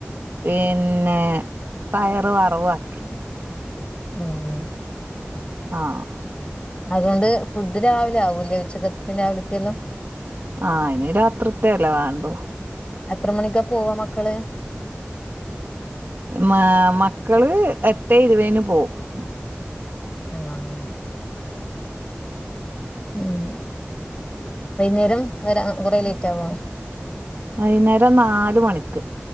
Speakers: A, on the right; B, on the left.
A: പിന്നെ പയറ് വറവും ആക്കി
B: ഉം
A: ആഹ്
B: അതുകൊണ്ട് ഫുഡ് രാവിലെ ആവൂല്ലേ ഉച്ചകത്തി രാവിലത്തെെതും
A: ആ ഇനി രാത്രി ത്തെ അല്ലെ വേണ്ടോ
B: എത്ര മണിക്കാ പോവാ മക്കള്
A: മ മക്കള് എട്ടേ ഇരുവേനു പോവും
B: ആഹ് ഉം വൈകുന്നേരം വരാൻ കൊറെ ലേറ്റ് ആവോ
A: വൈകുന്നേരം നാല് മണിക്ക്